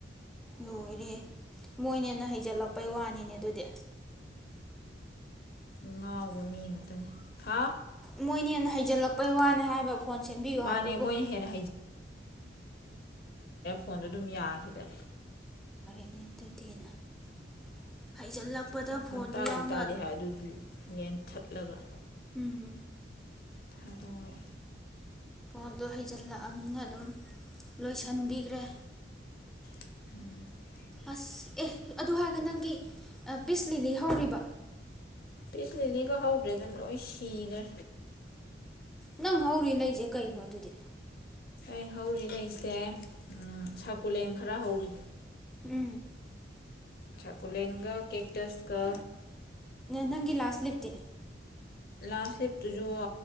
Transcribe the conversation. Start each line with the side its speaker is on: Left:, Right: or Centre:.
Centre: ꯂꯣꯏꯔꯦ ꯅꯣꯏꯟ ꯅꯥ ꯍꯩꯖꯤꯜꯀꯄꯩ ꯋꯥꯅꯤꯅꯦ ꯑꯗꯨꯗꯤ
Left: ꯉꯥꯑꯕ ꯃꯤ ꯉꯛꯠꯅꯤ ꯍꯥ
Centre: ꯃꯨꯜ ꯍꯦꯜ ꯍꯩꯖꯤꯂꯛꯄꯩ ꯋ꯭ꯅꯤꯅꯦ ꯍꯥꯌꯕ ꯒꯣꯜ ꯁꯦꯝꯕꯤꯎ
Left: ꯃꯥꯅꯦ
Centre: ꯍꯥꯏꯕꯨ
Left: ꯃꯣꯏꯅ ꯍꯦꯟꯅ ꯇꯣꯟꯗꯨ ꯗꯨꯃ ꯌꯥꯒꯔ꯭ꯤꯗꯦ
Centre: <inaudible>
Left: ꯃꯈꯣꯜ
Centre: ꯐꯣꯟꯁꯨ
Left: ꯇꯥꯗꯦ
Centre: ꯌꯥꯎꯅ
Left: ꯇꯥꯗꯦ ꯍꯥꯏ ꯑꯗꯨꯏ ꯂꯦꯟ ꯊꯠꯂꯒ
Centre: <inaudible>
Left: ꯊꯗꯣꯏ
Centre: ꯃꯥꯗꫭ ꯍꯩꯖꯤꯜꯂꯛꯑꯕꯅꯤꯅ ꯑꯗꯨꯝ ꯂꯣꯏꯖꯤꯟꯕꯤꯒꯔ꯭ꯦ
Left: <inaudible>
Centre: ꯑꯁ ꯑꯦ ꯑꯗꯨ ꯍꯥꯏꯒ ꯅꯡꯗꯤ ꯑ ꯄꯤꯁꯂꯤ ꯂꯩꯍꯧꯔꯤꯕ
Left: ꯄꯤꯁ ꯂꯤꯂꯤꯒ ꯍꯧꯗ꯭ꯔꯦꯗ ꯂꯣꯏ ꯁꯤꯒ꯭ꯔꯦ
Centre: ꯅꯪ ꯍꯧꯔꯤ ꯂꯩꯁꯦ ꯀꯩꯅꯣ ꯑꯗꯨꯗꯤ
Left: ꯑꯩ ꯍꯧꯔꯤ ꯂꯩꯁꯦ ꯑ ꯁꯛꯀꯨꯂꯦꯟꯠ ꯈꯔ ꯍꯧꯔꯤ
Centre: ꯎꯝ
Left: ꯁꯛꯀꯨꯂꯦꯟꯠꯒ ꯀꯦꯛꯇꯁꯀ
Centre: ꯅꯪꯒꯤ ꯂꯥꯁꯠ ꯂꯤꯞꯇꯤ
Left: ꯂꯥꯁ ꯂꯤꯐ ꯇꯨꯁꯨ